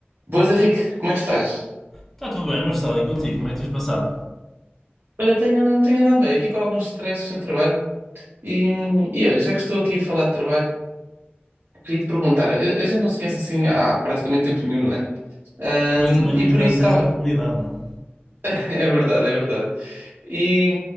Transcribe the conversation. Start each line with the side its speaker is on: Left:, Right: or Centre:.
Right: Boas, Henrique, como é que estás?
Centre: Está tudo bem, Marcelo, e contigo? Como é que tens passado?
Right: Olha, tenho, tenho andado bem aqui com alguns stresses no trabalho e, e olha, já que estou aqui a falar de trabalho, queria te perguntar, a, a gente não se conhece assim há, praticamente tempo nenhum, não é? Ahm,
Centre: Hoje também
Right: e
Centre: não
Right: por
Centre: tivemos
Right: isso estava...
Centre: essa oportunidade, não é?
Right: <laughs> É verdade, é verdade. E,